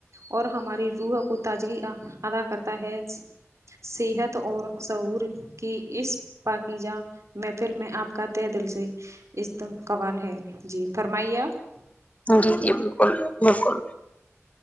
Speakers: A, on the right; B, on the left.
A: اور ہماری روح کو تازگی ادا کرتا ہے صحت اور سعور کی اس پاکیجا محفل میں آپ کا تہ دل سے استقوال ہے جی فرمائیے آپ
B: جی جی بالکل بالکل